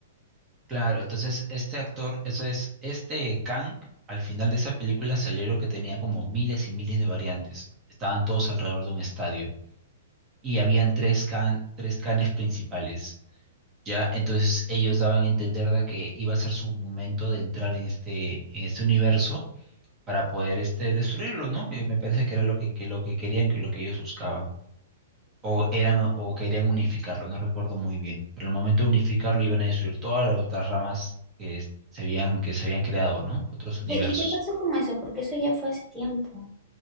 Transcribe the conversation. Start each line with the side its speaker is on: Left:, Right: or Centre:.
Right: Claro, entonces este actor, eso es, este Kang, al final de esa película salieron que tenía como miles y miles de variantes. Estaban todos alrededor de un estadio y habían tres Kang, tres Kangs principales. Ya, entonces ellos daban a entender de que iba a ser su momento de entrar en este, en este universo para poder este, destruirlo, ¿no? Que me parece que era lo que, que lo que querían, que lo que ellos buscaban o eran o querían unificarlo, no recuerdo muy bien. Pero el momento de unificarlo iban a destruir todas las otras ramas que es- se habían, que se habían creado, ¿no? Otros
Centre: ¿Y
Right: universos.
Centre: qué, y qué pasó con eso? Porque eso ya fue hace tiempo.